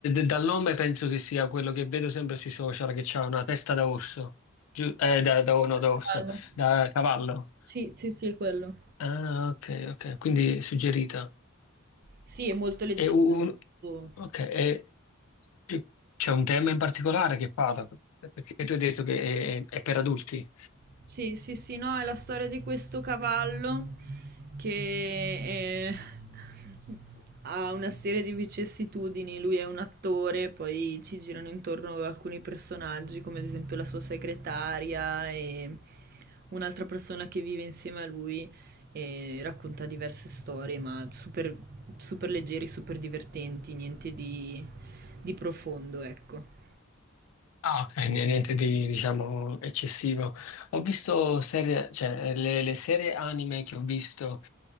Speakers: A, on the left; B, on the right.
A: dal nome penso che sia quello che vedo sempre sui social, che c'ha una testa da orso, Giu- eh, da, da- no, da orso,
B: Cavallo.
A: da cavallo.
B: Sì, sì, sì, è quello.
A: Ah, ok, ok, quindi suggerita.
B: Sì, è molto leggero.
A: E un,
B: Oh.
A: ok, e c- c'è un tema in particolare che parla, perché tu hai detto che è, è per adulti.
B: Sì, sì, sì, no, è la storia di questo cavallo che eh, <laughs> ha una serie di vicissitudini. Lui è un attore, poi ci girano intorno alcuni personaggi, come ad esempio la sua segretaria e un'altra persona che vive insieme a lui e racconta diverse storie, ma super, super leggeri, super divertenti, niente di, di profondo, ecco.
A: Ah, ok, n- niente di, diciamo, eccessivo. Ho visto serie, cioè, le, le serie anime che ho visto